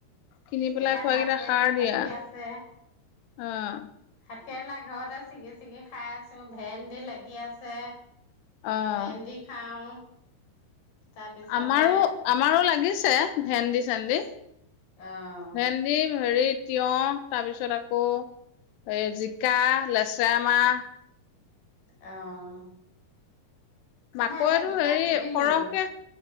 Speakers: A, on the left; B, on the left.
A: কিনি পেলাই
B: এতিয়া
A: খোৱা
B: ভাত
A: কেইটা
B: কেৰেলা
A: সাৰ দিয়া।
B: লাগি আছে
A: অ'।
B: ভাত কেৰেলা ঘৰতে চিগি, চিগি খাই আছো। ভেন্দি লাগি আছে।
A: অ',
B: ভেন্দি খাওঁ। তাৰপিছতে
A: আমাৰো, আমাৰো লাগিছ ছে, ভেন্দি চেন্দি।
B: অ'।
A: ভেন্দি হেৰি তিয়হ, তাৰপিছত আকৌ এ জিকা, লেচেৰা মাহ।
B: অ'।
A: মাকৈটো
B: আমৰ এইবাৰ জিকা
A: হেৰি
B: নিদিলোঁ।
A: সৰহকে